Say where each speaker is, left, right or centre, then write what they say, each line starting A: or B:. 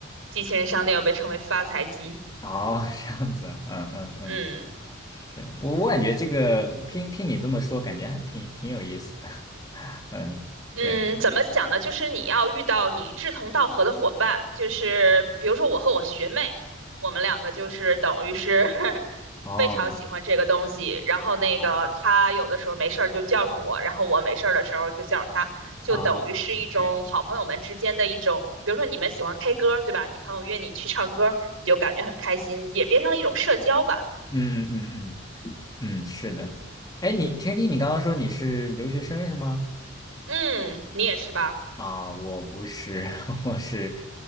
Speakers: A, on the right; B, on the left.
A: 机器人商店又被称为发财机，
B: 哦，这样子啊嗯嗯嗯，
A: 嗯。
B: 是我我感觉这个听听你这么说，感觉还挺挺有意思的，嗯，
A: 嗯，
B: 对，
A: 怎么讲呢？就是你要遇到你志同道合的伙伴，就是比如说我和我学妹，我们两个就是等于是 <laughs>
B: 哦，
A: 非常喜欢这个东西。然后那个她有的时候没事儿就叫上我，
B: 哦，
A: 然后我没事儿的时候就叫上她，就等于是一种好朋友们之间的一种，
B: 哦，OK，
A: 比如说你们喜欢 K 歌，对吧？你朋友约你去唱歌，你就感觉很开心，也变成了一种社交吧。
B: 嗯嗯嗯嗯嗯，是的，哎，你天地，你刚刚说你是留学生是吗？
A: 嗯，你也是吧？
B: 啊，我不是，<laughs> 我是